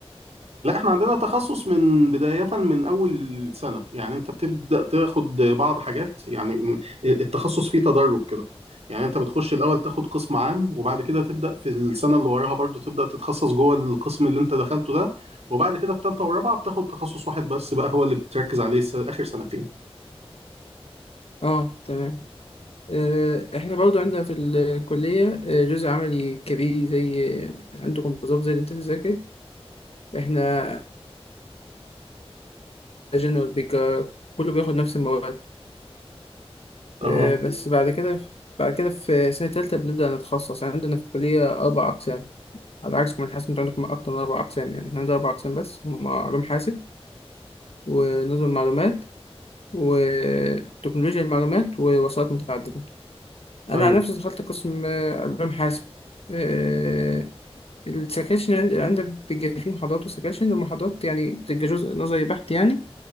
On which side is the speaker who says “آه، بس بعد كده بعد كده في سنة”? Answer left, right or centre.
Left